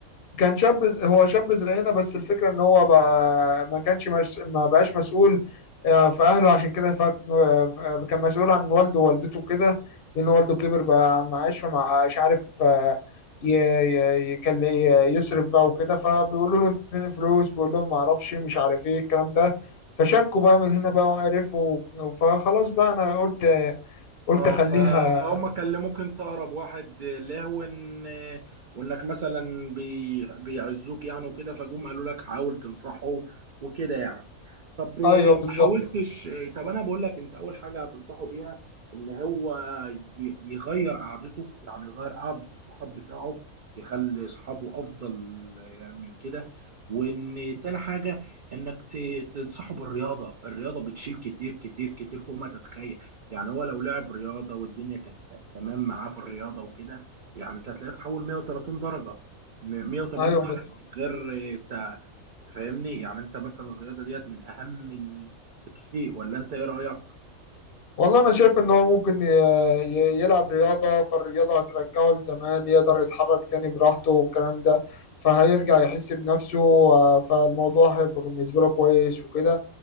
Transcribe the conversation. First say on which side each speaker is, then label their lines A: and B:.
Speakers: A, on the left; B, on the right.
A: كان شاب ز- هو شاب زينا بس الفكرة ان هو بقى ما كانش مش ما بقاش مسؤول آه، في اهله عشان كده فك... آه، ف- آه، كان مسؤول عن والده ووالدته وكده لان والده كبر بقى عن معاش فما مش عارف آه، ي... ي... يكل... ي- يصرف بقى وكده فبيقولوا له انت فين الفلوس بيقول لهم ما اعرفش مش عارف ايه الكلام ده فشكوا بقى من هنا بقى وعرفوا فخلاص بقى انا قلت قلت
B: اه
A: اخليها
B: ف... فهم كان ممكن تقرب واحد لهو ان وانك مثلا بي... بيعزوك يعني وكده فجم قالوا لك حاول تنصحه وكده يعني طب ما
A: ايوه بالظبط
B: حاولتش طب انا بقول لك انت اول حاجه هتنصحه بيها ان هو ي... يغير قعدته يعني يغير قعده الصحاب بتاعه يخلي اصحابه افضل من كده وان تاني حاجه انك ت... تنصحه بالرياضه الرياضه بتشيل كتير كتير كتير فوق ما تتخيل يعني هو لو لعب رياضه والدنيا كانت تمام معاه في الرياضه وكده يعني انت هتلاقيه اتحول 130 درجه م- 180
A: ايوه
B: درجه من غير آه، تا- فاهمني يعني انت مثلا الرياضه ديت من اهم ال- الشيء ولا انت ايه رايك؟
A: والله انا شايف ان هو ممكن ي- ي- يلعب رياضه فالرياضه هترجعه لزمان يقدر يتحرك تاني براحته والكلام ده فهيرجع يحس بنفسه آه، فالموضوع هيبقى بالنسبه له كويس وكده